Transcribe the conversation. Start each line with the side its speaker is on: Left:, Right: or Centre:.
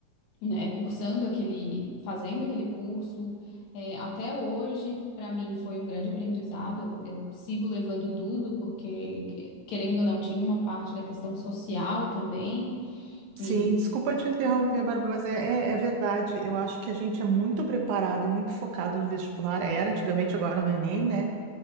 Left: né, cursando aquele, fazendo aquele curso, é, até hoje, para mim foi um grande aprendizado. Eu, eu sigo levando tudo, porque querendo ou não, tinha uma parte da questão social também.
Right: Sim,
Left: E
Right: desculpa te interromper, Bárbara, mas é, é, é verdade. Eu acho que a gente é muito preparado e muito focado no vestibular. Era antigamente, agora no Enem, né?